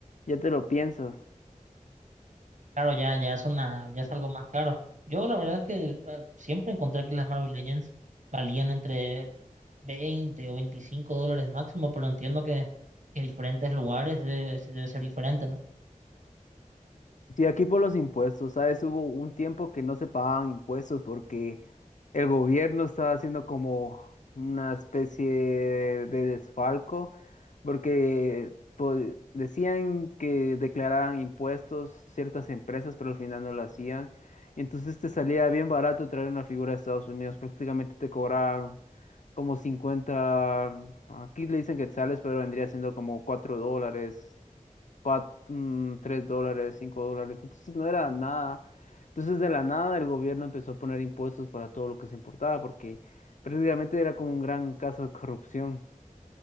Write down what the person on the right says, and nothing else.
Claro, ya, ya es una, ya es algo más caro. Yo la verdad es que eh, siempre encontré que las Marvel Legends valían entre 20 o 25 dólares máximo, pero entiendo que, en diferentes lugares debe, se- debe ser diferente, ¿no?